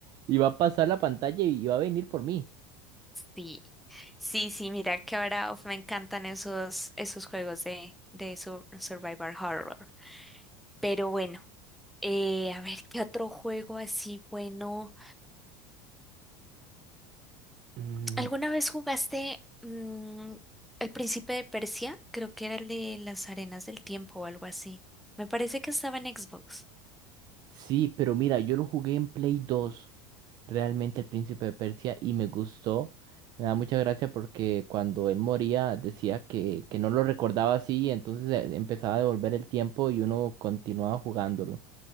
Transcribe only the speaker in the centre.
sí, sí, sí, mira que ahora uf, me encantan esos, esos juegos de, de sur- Survivor Horror. Pero bueno. Eh, a ver, ¿qué otro juego así bueno?
¿Alguna vez jugaste mm, El Príncipe de Persia? Creo que era el de las arenas del tiempo o algo así. Me parece que estaba en Xbox.